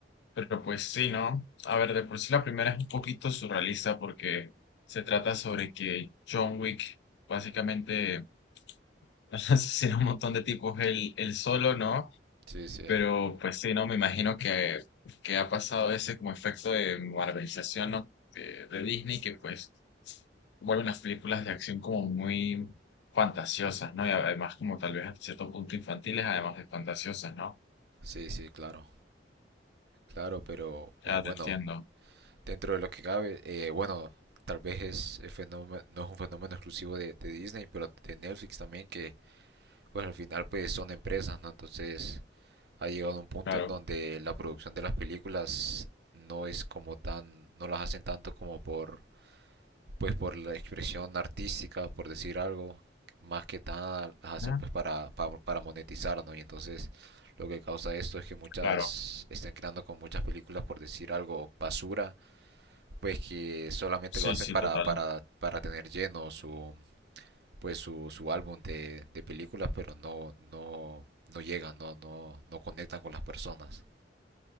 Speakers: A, on the left; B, on the right.
A: Pero pues sí, ¿no? A ver, de por sí la primera es un poquito surrealista porque se trata sobre que John Wick básicamente <laughs> asesina a un montón de tipos él, él solo, ¿no?
B: Sí, sí,
A: Pero pues sí, no, me imagino que, que ha pasado ese como efecto de marvelización, ¿no? de, de Disney, que pues vuelven las películas de acción como muy fantasiosas, ¿no? Y además como tal vez a cierto punto infantiles, además de fantasiosas, ¿no?
B: sí, sí, claro. Claro, pero eh,
A: Ya
B: bueno,
A: te entiendo,
B: dentro de lo que cabe, eh, bueno, tal vez es, el fenómeno, no es un fenómeno exclusivo de, de Disney, pero de Netflix también, que pues al final pues son empresas, ¿no? Entonces ha llegado a un punto
A: claro,
B: en donde la producción de las películas no es como tan, no las hacen tanto como por pues por la expresión artística, por decir algo, más que nada las hacen
A: Ujú.
B: pues para, para, para monetizar, ¿no? Y entonces lo que causa esto es que muchas
A: claro,
B: están creando con muchas películas, por decir algo, basura, pues que solamente
A: sí,
B: lo hacen
A: sí,
B: para,
A: total.
B: para, para tener lleno su pues su, su álbum de, de películas, pero no, no, no llegan, no, no, no conectan con las personas.